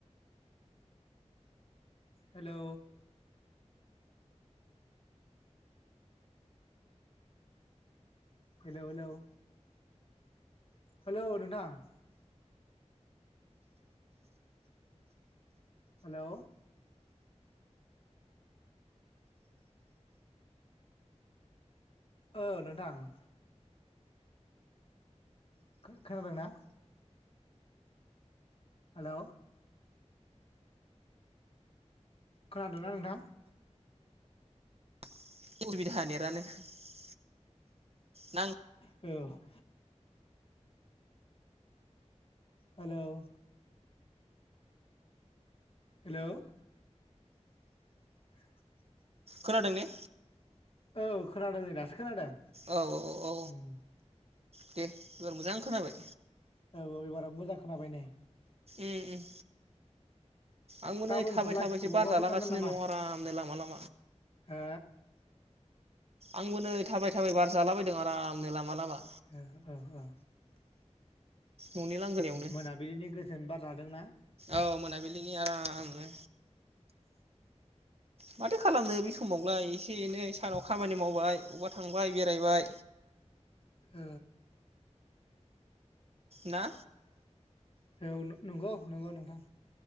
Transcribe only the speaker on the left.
हेल' हेल' हेल' हेल' नोंथां। हेलौ। औ नोंथां होम। खो खोनादोंना? हेल' खोनादोंना नोंथां?
औ हेल' हेल' <inaudible>
औ खोनादों नै दासो खोनादों?
उम
औ एबारा मोजां खोनाबाय ने?
गाबोनफोरलाय
अबावबाफोर
थांगोन नामा
हो
औ औ औ।
मोनाबिलिनि गोजोन बार जादोंना
औ
औ नं नंगौ नोंथां।